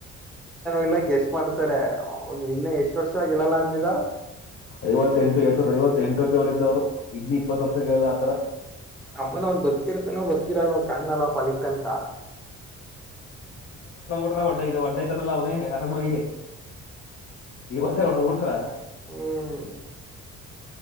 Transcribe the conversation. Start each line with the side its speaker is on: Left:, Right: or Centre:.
Centre: ಇಲ್ಲ ಗೆಸ್ಟ್ ಮಾಡ್ತಾರೆ ಅವ್ನ ಇನ್ನ ಎಷ್ಟ್ ವರ್ಷ ಆಗಿಲ್ಲಲ್ಲ ಅಂದಿದ
Left: ಐವತ್ತ ಎಂಟು ಎರಡ್ ಸಾವಿರದ ಐವತ್ತ ಎಂಟು ರೂಪಿಳ ಇದಿದ್ದವ್ರು ಇನ್ನು ಇಪ್ಪತ್ ವರ್ಷಗೆಲ್ಲ ಆತರ
Centre: ಅಮ್ಮನ ಅವ್ನ್ ಬದುಕಿರ್ತ ನ ಬ ಹಿರ ಕಣ್ಣ ಎಲ್ಲ ಪಲತನ್ಕ
Left: ಒ ಇ ಒೊಂಡ ಐತಾನಲ್ಲ ಅವನೇ ಆರಾಮಾಗಿ ಇವತ್ತ ಹೊಡ ಉಂಟ್ರ
Centre: ಹ್ಮ್